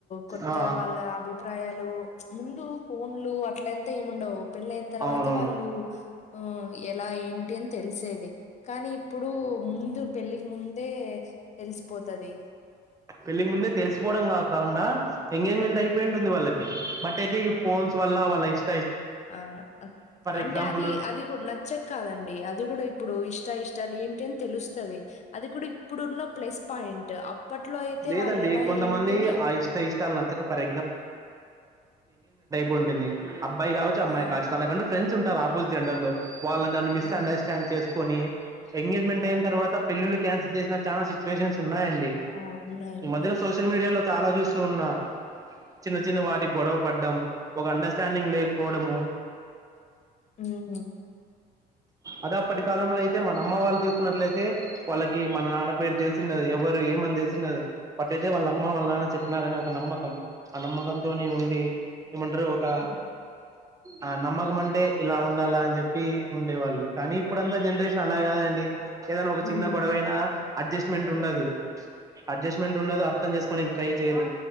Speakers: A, on the left; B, on the right.
A: కొత్తగా
B: ఆ
A: వాళ్ళ అభిప్రాయాలు మ్చ్ ముందు ఫోన్లు అట్లేంత ఏముండవు పెళ్ళైన తర్వాతే
B: అవునవును
A: వాళ్ళు ఆ ఎలా ఏంటి అని తెలిసే తే కానీ ఇప్పుడు ముందు పెళ్ళికి ముందే తెలిసిపోతాది
B: పెళ్లికి ముందే తెలిసిపోవడం కాకండా ఎంగేజ్మెంట్ అయిపోయి ఉంటుంది వాళ్ళకి కే బట్ అయితే ఈ ఫోన్స్ వల్ల వాళ్ళ ఇష్
A: ఆ ఆ అంటే
B: ఎగ్జాంపుల్
A: అది అది నచ్చక కాదండి అది కూడా ఇప్పుడు ఇష్ ఇష్ట ఇష్టాలు ఏంటి అని తెలుస్తది అది కూడా ఇప్పుడున్న ప్లస్ పాయింట్ అప్పట్లో అయితే
B: లేదండి
A: వాళ్ళు ఎలా
B: కొంతమంది
A: ఏంటి అని
B: ఆ ఇష్ట ఇష్టాలు నచ్చక ఫర్ కొంటిని అబ్బయి కావచ్చు అమ్మాయి
A: ఆ!
B: కాచ్చు తనకంటు ఫ్రెండ్స్ ఆపోజిట్ జండర్ లో వాళ్ళ దాన్ని మిస్
A: ఆ!
B: అండర్స్టాండ్ చేస్ కొని ఎంగేజ్మెంట్ పెళ్ళి అయినా తరువాత
A: ఆ!
B: పెళ్ళిలు కాన్సల్ చాలా సిచ్యువేషన్స్ ఉన్నాయండి
A: ఆ! ఉన్నాయి.
B: ఈ
A: ఉన్నాయి.
B: మధ్యలో సోషల్ మీడియాలో చాలా చూస్తూ ఉన్నా చిన్న
A: హ్మ్.
B: చిన్న వాటికి గొడవ పడ్డం ఒక అండర్స్టాండింగ్ లేకపోవడము
A: హ్మ్.
B: అదే అప్పటి కాలంలో ఐతే అయితే మన అమ్మ వాళ్ళు తీసుకున్నట్లయితే వాళ్ళకి మన నాన్న పేరు తెలిసిండది ఎవరు ఏమని తెలిసిండదు బట్ అయితే వాళ్ళ అమ్మ వాళ్ళ నాన్న చెప్పినారని ఒక నమ్మకం ఆ నమ్మకంతోని ఉండి ఏమంటారు ఒక
A: హ్మ్.
B: ఆ నమ్మకంమంటే ఇలా ఉండాలా అని చెప్పి ఉండేవాళ్ళు కానీ ఇప్పుడంతా జనరేషన్ నేన్ అలా కాదండి ఏదనా ఒక
A: హ్మ్.
B: చిన్న గొడవైనా అడ్జస్ట్మెంట్ ఉండదు అడ్జస్ట్మెంట్ ఉండదు అర్థం చేసుకోనికి ట్రై చేయరు